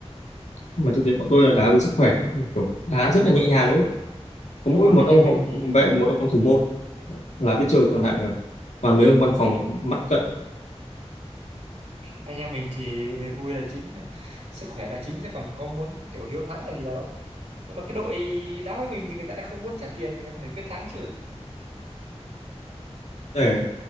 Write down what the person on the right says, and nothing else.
đúng
rồi
đúng
rồi
anh
em mình
thì
anh em mình thì vui là chính sức khỏe là chính chứ còn có muốn kiểu hiếu thắng là gì đâu nhưng mà cái đội đá với mình thì người ta lại không muốn trả tiền thì người ta phải biết thắng chứ